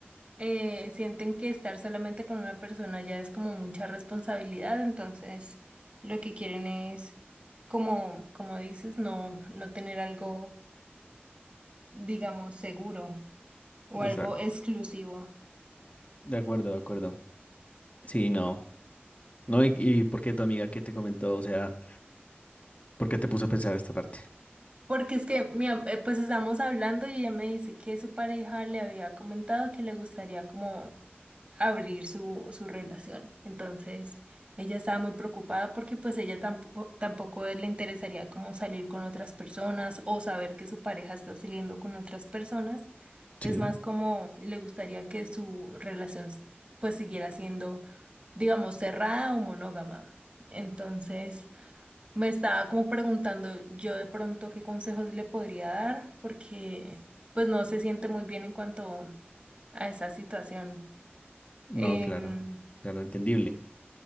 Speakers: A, on the right; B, on the left.
A: eh, sienten que estar solamente con una persona ya es como mucha responsabilidad, entonces lo que quieren es, como, como dices, no, no tener algo, digamos, seguro. o
B: Está,
A: algo exclusivo.
B: de acuerdo, de acuerdo. Sí, no. No, y, y ¿por qué tu amiga que te comentó? O sea, ¿por qué te puso a pensar esta parte?
A: Porque es que, mi am- eh, pues estamos hablando y ella me dice que su pareja le había comentado que le gustaría como abrir su, su relación. Entonces, ella estaba muy preocupada porque pues ella tampoco, tampoco le interesaría como salir con otras personas o saber que su pareja está saliendo con otras personas.
B: Sí,
A: Es más como le gustaría que su relación pues siguiera siendo, digamos, cerrada o monógama. Entonces... Me estaba como preguntando yo de pronto qué consejos le podría dar, porque pues no se siente muy bien en cuanto a esa situación.
B: no,
A: Em,
B: claro, claro, entendible.